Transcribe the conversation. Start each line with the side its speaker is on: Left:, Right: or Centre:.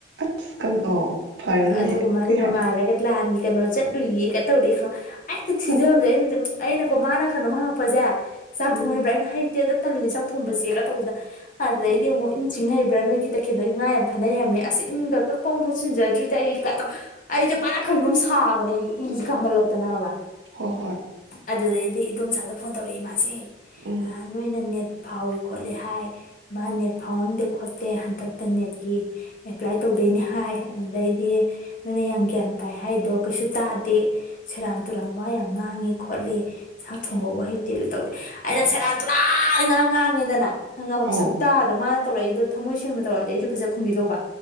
Right: ꯑꯁ ꯀꯝ ꯑꯧ ꯐꯔꯦ ꯑꯗꯨꯅ
Left: ꯑꯗꯨꯒ
Right: ꯍꯦꯛ
Left: ꯃꯥꯗꯤ
Right: ꯀꯩ
Left: ꯅꯣꯡꯉꯥꯜꯂꯒꯗꯤ
Right: ꯍꯥꯏ
Left: ꯂꯥꯟꯒꯤ ꯀꯩꯅꯣ ꯆꯠꯂꯨꯏꯌꯦ ꯀ ꯇꯧꯔꯛꯑꯦ ꯍꯦꯛꯇ ꯊꯤꯙꯕꯁꯦ
Right: ꯎꯝ
Left: ꯑꯩꯅ ꯑꯩꯅꯀꯣ ꯃꯥꯅ ꯀꯩꯅꯣꯝ ꯍꯪꯉꯛꯄꯁꯦ ꯆꯥꯛ
Right: ꯎꯝ
Left: ꯊꯣꯡ ꯍꯩꯔꯕ꯭ꯔ ꯑꯩꯅ ꯍꯩꯇꯦꯗ ꯇꯜꯂꯦ ꯆꯥꯛ ꯊꯣꯡꯕꯁꯦ ꯀ ꯇꯧꯗꯅ ꯑꯗꯨꯗꯩꯗꯤ
Right: ꯎꯝ
Left: ꯑꯃꯨꯛ ꯏꯟ ꯆꯤꯡ ꯍꯩꯕꯔ꯭ ꯅꯣꯏꯗꯤ ꯇꯈꯦꯜ ꯑ ꯉꯥ ꯌꯥꯝ ꯐꯅꯩ ꯍꯥꯏꯕꯅꯤ ꯑꯁ ꯏꯟꯒ ꯑꯃꯨꯛꯐꯥꯎ ꯆꯤꯡ ꯖꯗ꯭ꯔꯤ ꯑꯩ ꯑꯩꯁ ꯕꯔꯥ ꯕꯔ ꯀꯩꯅꯣꯝ ꯁꯥꯒꯅꯦ ꯑꯩꯗꯤ ꯏꯁꯦ ꯀꯥꯝꯃꯜꯂꯛꯇꯅꯕ
Right: ꯍꯣꯏ ꯍꯣꯏ
Left: ꯑꯗꯨꯗꯩꯗꯤ ꯏꯗꯣꯝꯆꯥꯗ ꯐꯣꯟ ꯇꯧꯔꯛꯑꯦ ꯃꯥꯁꯦ
Right: ꯎꯝ
Left: ꯑ ꯅꯣꯏꯅ ꯅꯦꯠ ꯐꯥꯎꯏ ꯈꯣꯠꯂꯤ ꯍꯥꯏ ꯃꯥ ꯅꯦꯠ ꯐꯥꯎꯔꯝꯗꯦ ꯈꯣꯠꯇꯦ ꯍꯟꯗꯛ ꯏꯟꯇꯔꯅꯦꯠꯀꯤ ꯑꯦꯄ꯭ꯂꯥꯏ ꯇꯧꯗꯣꯏꯅꯤ ꯍꯥꯏ ꯑꯗꯨꯗꯩꯗꯤ ꯅꯣꯏꯅ ꯌꯥꯝ ꯒ꯭ꯌꯥꯟ ꯇꯥꯏ ꯍꯥꯏꯗꯣ ꯀꯩꯁꯨ ꯇꯥꯗꯦ ꯁꯦꯔꯥꯟ ꯇꯨꯔꯥꯟ ꯋꯥ ꯌꯥꯝ ꯉꯥꯡꯉꯤ ꯈꯣꯠꯂꯤ ꯆꯥꯛ ꯊꯣꯡꯕ
Right: ꯍꯣꯏ
Left: ꯋꯥꯍꯩ ꯇꯜꯂꯨ ꯇꯧꯗꯦ ꯑꯩꯅ ꯁꯦꯔꯥꯟ ꯇꯨꯔꯥꯟ ꯉꯥꯡ ꯉꯥꯡꯉꯦꯗꯅ ꯍꯪꯉꯕ
Right: ꯑꯧ
Left: ꯁꯛꯇꯇꯥꯗꯣ ꯃꯥ ꯇꯧꯔꯛꯏꯗꯣ ꯊꯃꯣꯏ ꯁꯦꯡꯅ ꯇꯧꯔꯗꯤ ꯑꯩꯁꯨ ꯐꯖ ꯈꯨꯝꯕꯤꯗꯧꯕ